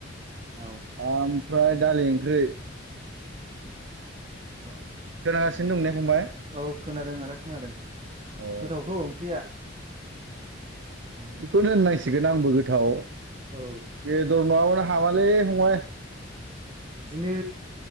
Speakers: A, on the right; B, on the right.
A: औ
B: ओमफ्राय दालि ओंख्रि
A: औ
B: जागासिनो दं। फंबाय
A: औ खोनादों आदा खोनादों
B: अ
A: गोथावथ ओंख्रिया उम
B: बेखौनो होननांसिगोन आंबो गोथाव
A: औ
B: जे धरमाबा हामालै फंबाय
A: बिदिनो